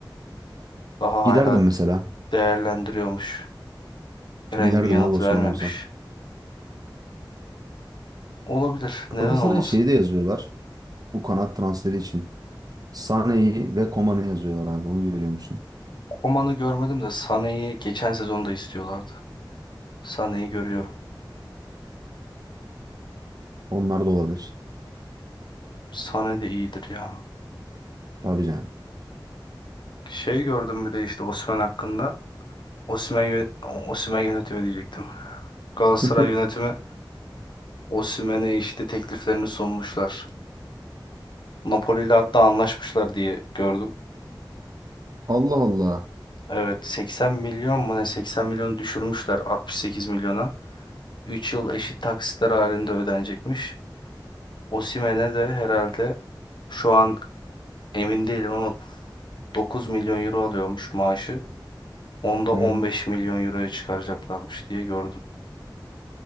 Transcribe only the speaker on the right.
Giderdim mesela.
Giderdim
abi Osman
olsam.
Galatasaray'a
şey de yazıyorlar. Bu kanat transferi için. Sané'yi ve Koman'ı yazıyorlar abi. Onu görüyor musun?
Onlar da olabilir.
Tabii canım.
<laughs>
Allah Allah.
Hı hı.